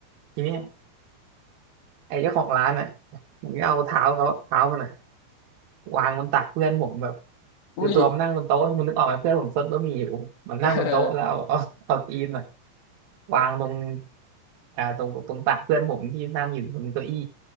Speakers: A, on the right; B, on the left.
A: ทีเนี้ยไอ้เจ้าของร้านอ่ะมันก็เอาเท้าเขาเท้ามันอ่ะวางบนตักเพื่อนผมแบบ
B: อุ้ย
A: คือตัวมันนั่งบนโต๊ะมันนึกออกไหมเพื่อนผมซดบะหมี่อยู่มันนั่งบนโต๊ะแล้วเอาเอาเอาตีนอ่ะ
B: <laughs> เออ
A: วางตรงอ่าตรงตรงตักเพื่อนผมที่นั่งอยู่บนเก้าอี้